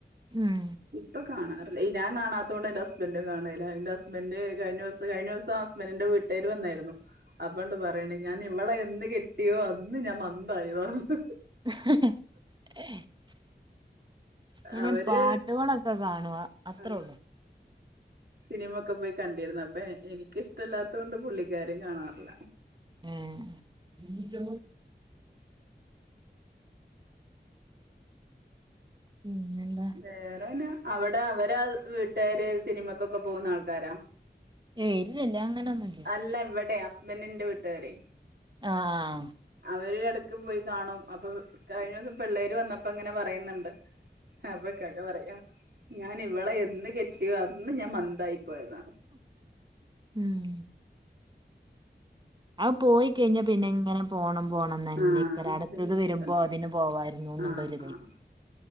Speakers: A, on the right; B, on the right.
A: ഉം
B: ഇപ്പ കാണാ ഞാം കാണാത്തത് കൊണ്ട് എന്റെ ഹസ്ബന്റും കാണ്ല്ല എൻ്റെ ഹസ്ബന്റ് കഴിഞ്ഞോസം കഴിഞ്ഞോസം ഹസ്ബന്റിന്റെ വീട്ടാര് വന്നായിരുന്നു അപ്പണ്ട് പറിണ് ഞാൻ ഇവളെ എന്ന് കെട്ടിയോ അന്ന് ഞാൻ മന്തായി പർഞ്
A: <inaudible> ഇങ്ങനെ
B: അവര്
A: പാട്ടുകളൊക്കെ കാണും അത്രേള്ളു
B: ആ സിനിമൊക്കെ പോയി കണ്ടിരുന്നു അപ്പ എനിക്കിഷ്ടല്ലാത്തോണ്ട് പുള്ളിക്കാരു കാണാറില്ല
A: ഏഹ് പിന്നെന്താ
B: വേറെനാ അവിടെ അവരാ വീട്ടാര് സിനിമക്കൊക്കെ പോകുന്ന ആൾക്കാരാ?
A: ഏഹ് ഇല്ലല്ല അങ്ങനെന്നു
B: ല്ല ഇവടെ ഹസ്ബന്റിന്റെ വീട്ടാരെ
A: ആഹ്
B: അവര് എടക്ക് പോയി കാണും അപ്പൊ കഴിഞ്ഞ ദിവസം പിള്ളേര് വന്നപ്പങ്ങനെ പറയ്ന്ന്ണ്ട് അപ്പ ഇക്കാക്ക പറയാ ഞാൻ ഇവളെ എന്ന് കെട്ടിയോ അന്ന് ഞാൻ മന്തായി പോയതാ
A: ഉം അഹ് പോയി കഴിഞ്ഞാ പിന്നെ ഇങ്ങനെ പോണം പോണം തന്നെക്കാരം
B: ആഹ്
A: അട്ത്തത്
B: പിന്നെ അങ്ങനെ
A: വെരുമ്പോ
B: കണ്ടോ
A: അതിന് പോകായിരുന്നു ഇന്ന്ണ്ടൊര്
B: ആഹ്
A: ഇതെ
B: ആഹ്